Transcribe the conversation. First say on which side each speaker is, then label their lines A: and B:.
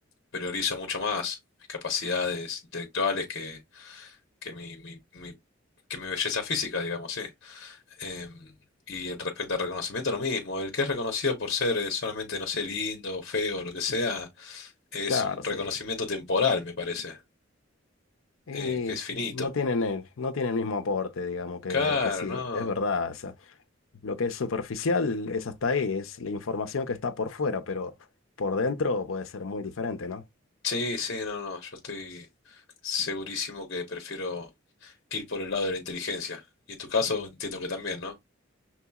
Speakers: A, on the left; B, on the left.
A: priorizo mucho más mis capacidades intelectuales que, que mi, mi, mi- que mi belleza física, digamos, sí. Eh, y el respecto al reconocimiento, lo mismo. El que es reconocido por ser eh, solamente, no sé, lindo, feo, lo que sea, es
B: Claro,
A: un
B: sí.
A: reconocimiento temporal, me parece.
B: Y
A: eh, que es
B: s-
A: finito.
B: no tienen el, no tienen el mismo aporte, digamos, que,
A: Claro,
B: que sí,
A: no.
B: es verdad. o sea, lo que es superficial es hasta ahí, es la información que está por fuera, pero por dentro puede ser muy diferente, ¿no?
A: Sí, sí, no, no. Yo estoy segurísimo que prefiero ir por el lado de la inteligencia. Y en tu caso entiendo que también, ¿no?